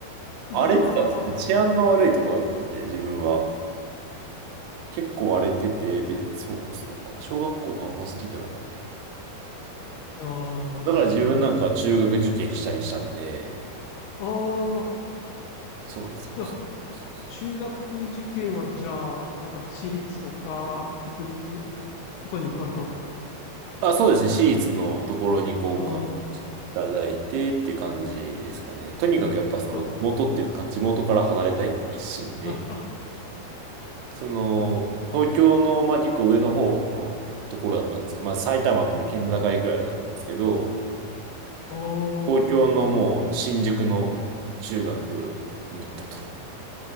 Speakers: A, on the left; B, on the right.
A: いやー、
B: 荒れてたんですね。治安の悪いとこだったんで、自分は。結構荒れてて、別、そうですね。やっぱ小学校があんま好きじゃなかったか
A: ああ、
B: な。だから自分なんか中学受験したりしたんで、
A: 小学、ああ、
B: そうなんですよ。
A: じゃあ
B: そうそうそう
A: 中学受験はじゃあ、なんか私立とか、国立とかに行かれた。あ
B: あ、そうですね。私立のところに合格いただいてっていう感じですかね。
A: あ、
B: とにかくやっぱその地元っていうんですか、
A: じゃあ、
B: 地元から離れたいっていう一心で、
A: あ、
B: その、
A: え
B: 東京の、まあ、結構上の方のところだったんですけど、まあ、埼玉との県境ぐらいだったんですけど、
A: あ
B: 東京のもう新宿の中学に行ったと。
A: あ、